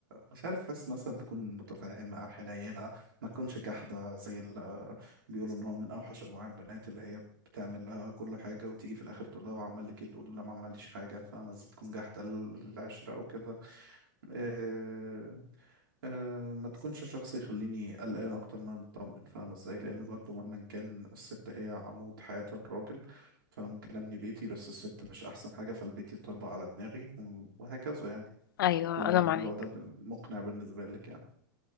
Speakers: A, on the right (about 80°); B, on the left (about 80°).
A: مش عارف حس مثلا تكون متفهمه حنينه ما تكونش جحده زي ال- بيقولوا ان هو من اوحش انواع البنات اللي هي بتعمل لها كل حاجه وتيجي في الاخر تقول لها هو عمل لك ايه تقول لا ما عملش حاجه فاهمه ازاي تكون جحده للعشره او كده آه، آه، ما تكونش شخص يخليني قلقان اكتر ما أنا مطمن فاهمة ازاي لان برضو مهما كان الست هي عمود حياة الراجل فانا ممكن ابني بيتي بس الست مش احسن حاجة فالبيت يتطربق على دماغي و- وهكذا يعني
B: ايوه
A: لو
B: انا
A: لو
B: معاك
A: ده ب- مقنع بالنسبة لك يعني